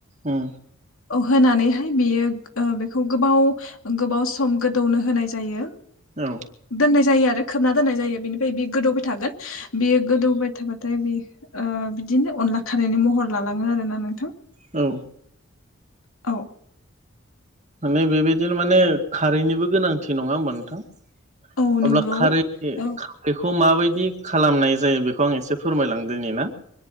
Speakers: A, on the right; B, on the left.
A: ओं
B: औ होनानैहाय बेयो ओ बेखौ गोबाव गोबाव सम गोदौनो होनाय जायो
A: औ
B: दोननाय जायो आरो खोबना दोननाय जायो बेनिफ्राय बियो गोदौबाय थागोन बियो गोदौबाय थाबाथाय बे ओ बिदिनो अनला खारैनि महर लालाङो आरोना नोंथां
A: औ
B: औ
A: माने बेबायदिनो माने खारैनिबो गोनांथि नङा होमबा नोंथां
B: औ नंगौ
A: अब्ला खारै बेखौ
B: औ
A: माबायदि खालामनाय जायो बेखौ आं एसे फोरमायलांदोनि ना